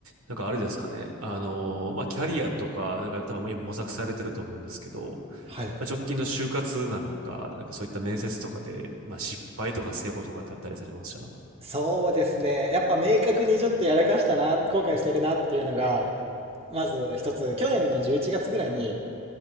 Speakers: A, on the right; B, on the right.
A: なんかあれですかね。あのまあ、キャリアとか、なんか多分今模索されてると思うんですけど、
B: はい。
A: まあ、直近の就活なのか、なんかそういった面接とかで、まあ、失敗とか成功とかってあったりされました
B: そうですね。やっぱ明確にちょっとやらかしたな、後悔してるなっていうのが、まず一つ、去年の11月ぐらいに、